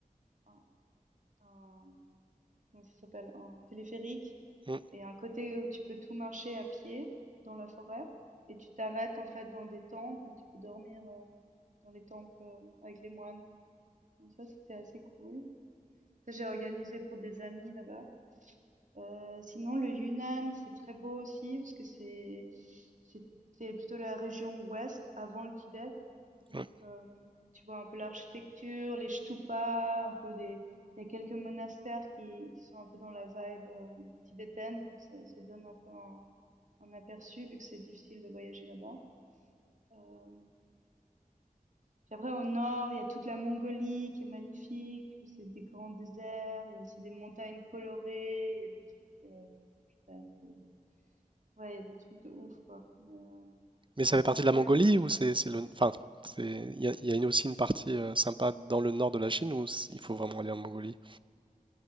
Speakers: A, on the right (about 60°); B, on the right (about 35°).
A: un, un- comment ça s'appelle, un téléphérique.
B: Mm,
A: et un côté où tu peux tout marcher à pied dans la forêt et tu t'arrêtes en fait dans des temples, tu peux dormir euh, dans les temples euh, avec les moines. Donc ça, c'était assez cool. Ça, j'ai organisé pour des amis là-bas. Euh, sinon, le Yunnan, c'est très beau aussi parce que c'est c'est c'est plutôt la région ouest avant le Tibet. Donc
B: ouais.
A: euh, tu vois un peu l'architecture, les stupas, un peu des il y a quelques monastères qui qui sont un peu dans la vibe euh, tibétaine, donc ça, ça donne un peu un, un aperçu, vu que c'est difficile de voyager là-bas. Euh, puis après, au nord, il y a toute la Mongolie qui est magnifique. où C'est des grands déserts. Il y a aussi des montagnes colorées. Il y a des trucs, euh, je sais pas, c'est- ouais, il y a des trucs de ouf, quoi. Mais, euh,
B: Mais
A: j'ai
B: ça fait partie
A: pas
B: de
A: encore
B: la Mongolie
A: eu le temps
B: ou
A: de tout
B: c'est
A: voir.
B: c'est le... Enfin, c'est- il y a, il y a une- aussi une partie euh, sympa dans le nord de la Chine ou c- il faut vraiment aller en Mongolie?